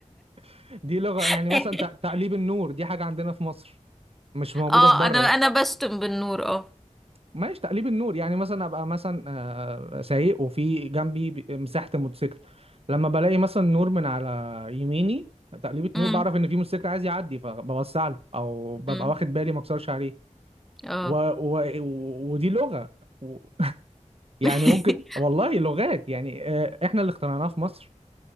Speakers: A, on the right; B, in the centre.
A: <laughs> دي لغه يعني
B: <laughs>
A: مثلا ت- تقليب النور دي حاجه عندنا في مصر مش موجوده
B: اه
A: في بره
B: انا انا بشتم بالنور اه
A: ماشي تقليب النور يعني مثلا ابقى مثلا آه، سايق وفي جنبي ب- مساحه الموتوسيكل لما بلاقي مثلا نور من على يميني تقليبة نور
B: امم
A: بعرف ان في موتوسيكل عايز يعدي فبوسع له او ببقى
B: امم
A: واخد بالي ما اكسرش عليه
B: اه
A: و... و... ودي لغه و... يعني
B: <laughs>
A: ممكن والله لغات يعني آه، احنا اللي اخترعناها في مصر